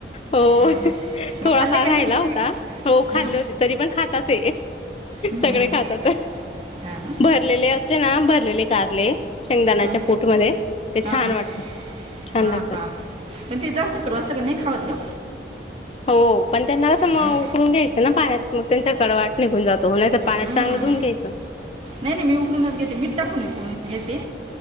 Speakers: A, on the left (about 35°); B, on the right (about 35°).
A: हो
B: हां. मग
A: थोडाफार
B: खाल्ले का
A: राहिला
B: नाही
A: होता हो
B: हां
A: खाल्ले होते तरी पण खातात
B: हम्म.
A: सगळे खातात
B: हां ना
A: भरलेले असले ना भरलेले कारले शेंगदाणाच्या
B: हां
A: पोट मध्ये ते छान
B: हां
A: वाटतात छान
B: हां
A: लागतात
B: हां पण ते जास्त करू असल की नाही खावत ग
A: हो पण त्यांना अस उकळून
B: हां
A: घ्यायचं ना पाण्यात मग त्यांच्या कडवाट निघून जातो नाहीतर पाण्यात
B: हम्म.
A: चांगल धून घ्यायचं
B: नाही नाही मी उकडूनच घेते मीठ टाकून उकडून घेते